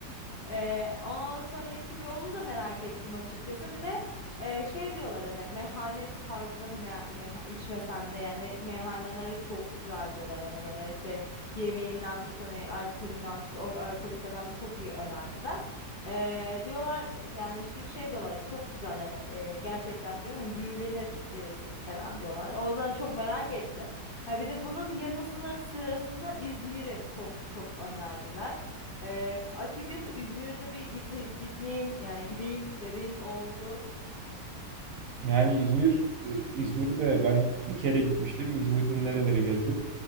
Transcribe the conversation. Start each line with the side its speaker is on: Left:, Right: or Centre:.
Left: Ee, ondan sonra işte bir onu da merak ettim açıkçası. Bir de e, şey diyorlar hani meyhane tarzı me me içmesen de yani meyhaneleri çok güzel diyorlar. Hani böyle işte yemeğinden tut hani alkolünden tut o alkolü falan çok iyi önerdiler. Ee, diyorlar yani işte şey diyorlar çok güzel yani e, gerçekten diyor hani büyülenir gelirsin falan diyorlar. O yüzden çok merak ettim. Ha, bir de bunun yanı sıra- sırasında İzmir'i çok çok önerdiler. Eee, açıkçası İzmir'e de bir gite, gitmeyeyim yani gideyim dediğim oldu.
Right: Yani İzmir, e, İzmir'de ben bir kere gitmiştim. İzmir'de nerelere gezdim?